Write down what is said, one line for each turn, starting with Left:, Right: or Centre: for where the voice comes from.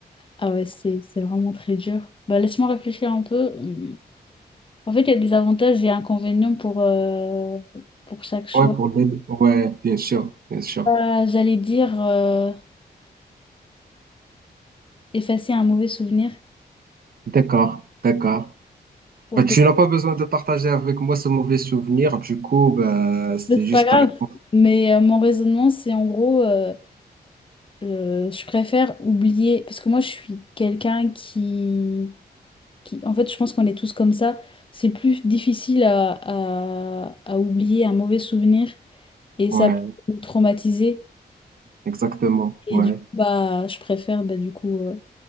Left: Ah ouais, c'est c'est vraiment très dur. Bah, laisse-moi réfléchir un peu. Hum. En fait, il y a des avantages et inconvénients pour, euh, pour chaque choix.
Right: Ouais, pour les... deux. Ouais, bien sûr, bien sûr.
Left: Ah, j'allais dire euh, effacer un mauvais souvenir.
Right: D'accord, d'accord.
Left: Ouais,
Right: Bah, tu
Left: peut-
Right: n'as pas besoin de partager avec moi ce mauvais souvenir, du coup, bah, c'est
Left: mais C'est
Right: juste
Left: pas grave,
Right: ta réponse.
Left: mais euh, mon raisonnement, c'est en gros, euh, euh, je préfère oublier, parce que moi, je suis quelqu'un qui, qui, en fait, je pense qu'on est tous comme ça. C'est plus difficile à, à- à oublier un mauvais souvenir et
Right: Ouais,
Left: ça peut nous traumatiser.
Right: exactement.
Left: Et
Right: Ouais,
Left: du coup, bah, je préfère, bah, du coup, euh,